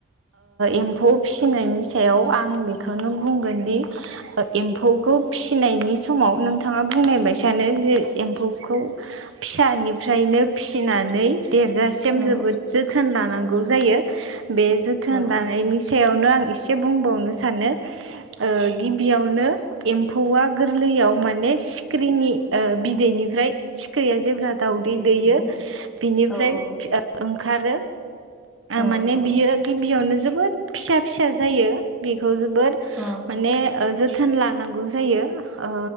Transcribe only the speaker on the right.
एम्फौ फिसिनायनि सायाव आं बेखौनो बुंगोनदि एम्फौखौ फिसिनायनि समाव नोंथाङा बुंनाय बायसानो जे एम्फौखौ फिसानिफ्रायनो फिसिनानै देरजासिम
जोबोद जोथोन लानांगौ जायो। बे थोन
लानायनि सायावनो आं एसे बुंबावनो सानो ओ गिबियावनो एम्फौआ गोरलैयाव माने सिखिरिनि बिदैनिफ्राय सिख्रिया जेब्ला दाउदै
दैयो
बिनिफ्राय
ओंखारो
माने बियो गिबियावनो जोबोद फिसा फिसा जायो बे खौ जोबोर जोथोन
जोथोन लानांगौ जायो ओ